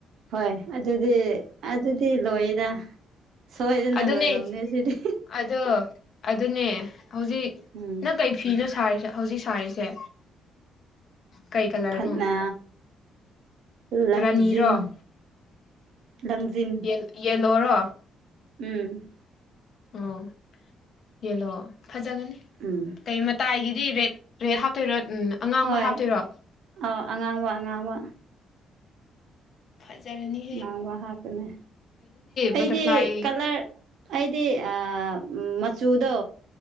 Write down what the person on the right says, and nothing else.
ꯍꯣꯏ ꯑꯗꯨꯗꯤ ꯑꯗꯨꯗꯤ ꯂꯣꯏꯗ ꯁꯣꯏꯗꯅ
ꯂꯣꯏꯔꯝꯅꯦ ꯁꯤꯗꯤ
ꯎꯝ
ꯐꯠꯅ ꯂꯪꯖꯤꯟ
ꯂꯪꯖꯤꯟ
ꯎꯝ
ꯎꯝ
ꯍꯣꯏ
ꯑꯥꯎ ꯑꯉꯥꯡꯕ ꯑꯉꯥꯡꯕ
ꯉꯥꯡꯕ ꯍꯥꯞꯀꯅꯦ ꯑꯩꯗꯤ
ꯀꯂꯔ ꯑꯩꯗꯤ ꯑ ꯃꯆꯨꯗꯣ